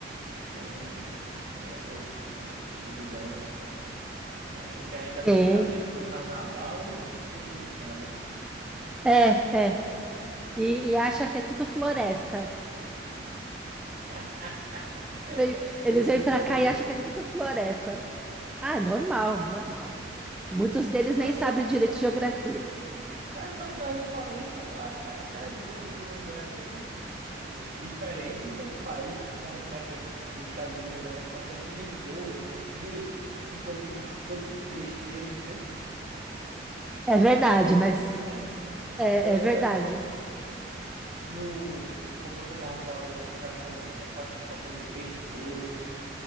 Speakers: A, on the right; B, in the centre.
A: tem, tem outras, outros tipos de dança também. Mas o que a gente é lembrado,
B: tem.
A: né? Pelo carnaval e pelo, pelo samba.
B: É, é. e, e acha que é tudo floresta.
A: <laughs> É,
B: Veio- eles vêm
A: isso
B: para
A: é
B: cá
A: burro.
B: e acham que é tudo floresta. Ah, é normal, normal. Muitos deles
A: Mas
B: nem sabem
A: ó,
B: direito de geografia.
A: É, mas a gente fala isso, mas eu acho que até a gente também tem uma ideia bem, tipo, diferente de outros países. Quando a gente vai pensar, tipo, nos Estados Unidos, a gente só pensa em gente gorda, gente que, que come todo tipo de besteira, entendeu?
B: É
A: Quando
B: verdade,
A: a gente vai,
B: mas
A: é,
B: é,
A: quando a
B: é verdade.
A: gente vai no, como você tava falando aí, japonês, a gente só acha que só come peixe cru.